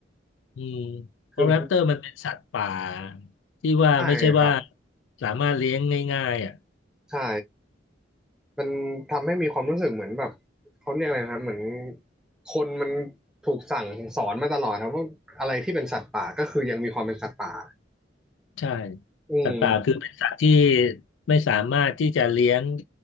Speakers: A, on the left; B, in the centre.
A: อืมเพราะแรปเตอร์มันเป็นสัตว์ป่า
B: คือ
A: ที่ว่าไม่ใช่ว่า
B: ใช่ครับ
A: สามารถเลี้ยงง่ายๆอ่ะ
B: ใช่ มันทำให้มีความรู้สึกเหมือนแบบเขาเรียกอะไรนะครับเหมือนคนมันถูกสั่งสอนมาตลอดครับว่าอะไรที่เป็นสัตว์ป่าก็คือยังมีความเป็นสัตว์ป่า
A: ใช่
B: อืม
A: สัตว์ป่าคือเป็นสัตว์ที่ไม่สามารถที่จะเลี้ยง